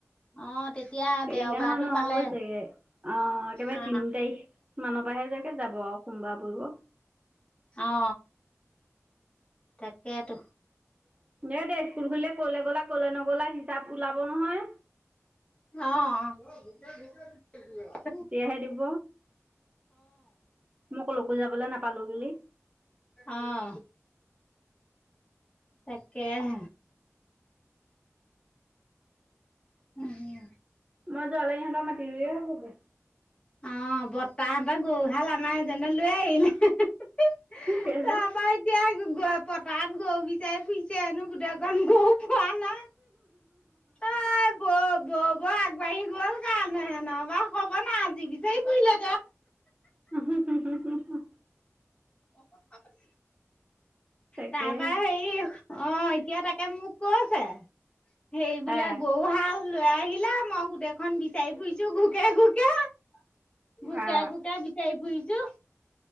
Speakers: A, on the left; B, on the right.
A: অ তেতিয়া
B: সেইদিনাখন
A: দেওবাৰটো
B: নহ'ব
A: পালে
B: চাগে অ একেবাৰে
A: অ
B: তিন তাৰিখ মানপাহে চাগৈ যাব আৰু সোমবাৰ পৰিব
A: অ তাকেতো
B: এ দে স্কুল খুলীলে ক'লে গ'লা কলে নগলা হিচাপ ওলাব নহয়
A: অ মোৰে মোকে দিছে কিবা এটা
B: তেতিয়াহে দিব মই কলৈকো যাবলৈ নাপালো বুলি
A: অ তাকেহে উহুম
B: মই যোৱালৈকে সিহঁতৰ মাটি ৰুইৱে হব চাগে
A: অ বত্তাহঁতৰ গৰুহাল আই এজনে লৈ আহিলে তাৰপা
B: কেলে
A: এতিয়া গ পথাৰত গৰু বিচাৰি ফুৰিছে হেনো গোটেইখন গৰু পোৱা নাই অই বৌ বৌ বৌ আগবাঢ়ি গ'ল কাৰণেহে নহবা ক'ব না আজি বিচাৰি ফোৰিলে
B: উ হু হু হু হু হু
A: অ কথা পাতি
B: তাকে
A: তাৰ পা হেৰি অ এতিয়া তাকে মোক কৈছে হেই বোলে
B: হে
A: গৰুহাল লৈ আহিলা মই গোটেইখন বিচাৰি ফুৰিছো ঘুকে ঘুকে ঘোকিয়াই
B: আ
A: ঘোকিয়াই বিচাৰি ফুৰিছোঁ